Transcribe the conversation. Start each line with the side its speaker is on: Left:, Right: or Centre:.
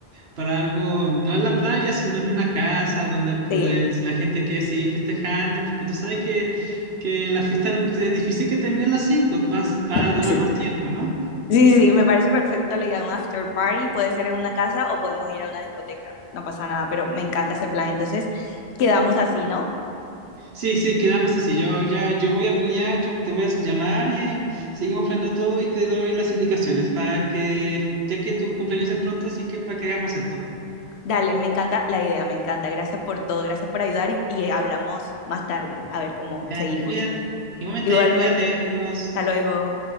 Right: para algo, no en la playa, sino en una casa donde puede-
Left: Sí.
Right: si la gente quiere seguir festejando, porque tú sabes que, que la fiesta nunca- es difícil que termine a las 5 más, va
Left: <laughs>
Right: a durar
Left: Sí.
Right: más tiempo, ¿no?
Left: Sí, sí, me parece perfecto la idea de un after party. Puede ser en una casa o podemos ir a una discoteca. No pasa nada, pero me encanta ese plan. Entonces, quedamos así, ¿no?
Right: Sí, sí, quedamos así. Yo ya, yo voy a planear, yo te voy a llamar y ahí seguimos planeando todo y te doy las indicaciones para que, ya que tu cumpleaños es pronto, así que para que hagamos esto.
Left: Dale, me encanta la idea, me encanta. Gracias por todo, gracias por ayudar y, y hablamos más tarde, a ver cómo
Right: Ya,
Left: seguimos.
Right: cuídate, igualmente,
Left: Igualmente,
Right: cuídate, adiós.
Left: hasta luego.